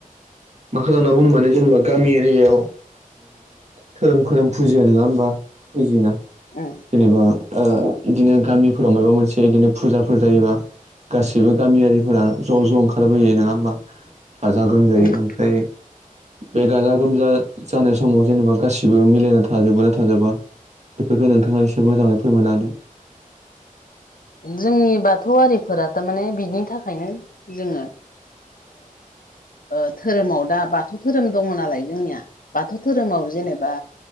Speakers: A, on the right; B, on the left.
A: माखो लाना बुंनो माने गामि एरियायाव धोरोम खोरोम फुजियो नङा होमबा फुजियोना
B: उम
A: जेनेबा ओ बिदिनो गामिफोराव माबा मोनसे बिदिनो फुजाफोर जायोबा गासिबो गामियारिफोरा ज' ज' ओंखारबोयो नङा होमबा गाजा गोमजायै
B: उम
A: ओं बे बे गाजा गोमजा जानाय समाव जेनेबा गासिबो मिलायना थाजोबो ना थाजोबा बेफोरखौ नोंथाङा एसे मोजाङै फोरमायना होदो
B: जोंनि बाथौआरिफोरा थारमाने बिनि थाखायनो जोङो ओ‌धोरोमाव दा बाथौ धोरोम दङ नालाय जोंनिया बाथौ धोरोमाव जेनेबा